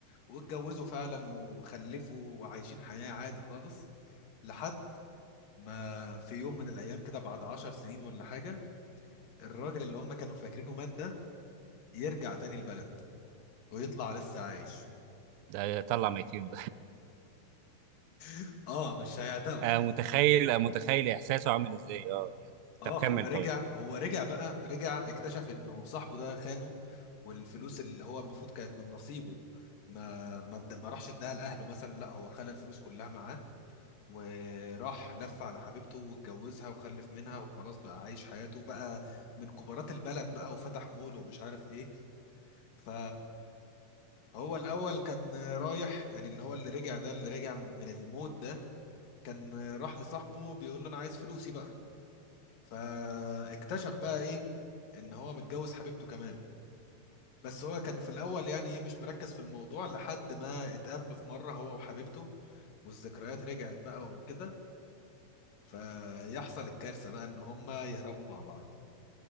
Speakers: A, on the left; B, on the right.
A: واتجوزوا فعلا وخلفوا وعايشين حياة عادي خالص لحد ما في يوم من الايام كده بعد عشر سنين ولا حاجة الراجل اللي هم كانوا فاكرينه مات ده يرجع تاني البلد ويطلع لسه عايش
B: ده يطلع ميتين
A: <laughs> اه مش هيعتقوا
B: آه متخيل آه متخيل احساسه عامل ازاي اه يعني
A: اه
B: طب كمل
A: هو رجع
B: طيب
A: هو رجع بقى رجع اكتشف انه صاحبه ده خانه والفلوس اللي هو المفروض كانت من نصيبه ما ما اد- ما راحش اداها لاهله مثلا لا هو خلى الفلوس كلها معاه وراح لف على حبيبته واتجوزها وخلف منها وخلاص بقى عايش حياته بقى من كبارات البلد بقى وفتح مول ومش عارف ايه ف هو الاول كان رايح يعني اللي هو اللي رجع ده اللي رجع من الموت ده كان راح لصاحبه بيقول له انا عايز فلوسي بقى فاكتشف بقى ايه ان هو متجوز حبيبته كمان بس هو كان في الاول يعني ايه مش مركز في الموضوع لحد ما اتقابلوا في مره هو وحبيبته والذكريات رجعت بقى وكده فيحصل الكارثه بقى ان هما يهربوا مع بعض